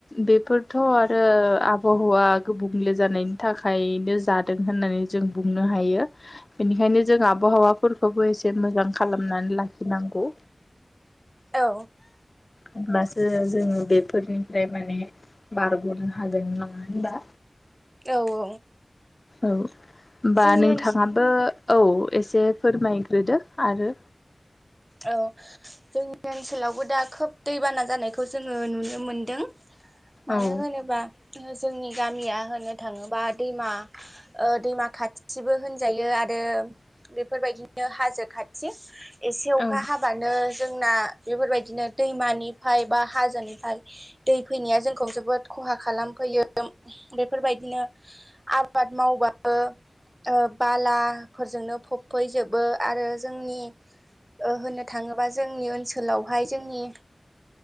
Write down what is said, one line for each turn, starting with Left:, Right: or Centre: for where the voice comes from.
Left: बेफोरथ' आरो आबहावा गुबुंले जानायनि थाखायनो जाद। होननानै जों बुंनो हायो बेनिखायनो जों आबहावाफोरखौबो एसे मोजां खालामनानै। लाखिनांगौ।
Right: औ।
Left: होनब्लासो जोङो बेफोरनिफ्राय माने बारग'नो हागोन नङा होनबा।
Right: औ औ।
Left: औ होमबा
Right: जोंनि
Left: नोंथाङाबो।
Right: ओनसोल
Left: औ एसे फोरमायग्रोदो आरो।
Right: औ जोंनि ओनसोलावबो दा खोब दैबाना जानायखौ जोङो नुनो मोनदों। मानो
Left: औ
Right: होनोबा। जोङो जोंनि गामिया होननो थाङोबा दैमा ओ दैमा खाथिबो होनजायो आरो। आरो बेफोरबायदिनो हाजो खाथि एसे अखा
Left: औ
Right: हाबानो। जोंना बेफोरबायदिनो दैमानिफ्राय बा हाजोनिफ्राय दै फैनाया जोंखौ जोबोद ख। खहा खालामफैयो बेफोरबायदिनो आबाद मावबाबो। ओ बालाफोरजोंनो फबफैजोबो आरो जोंनि। ओ होननो थाङोबा जोंनि ओनसोलावहाय जोंनि।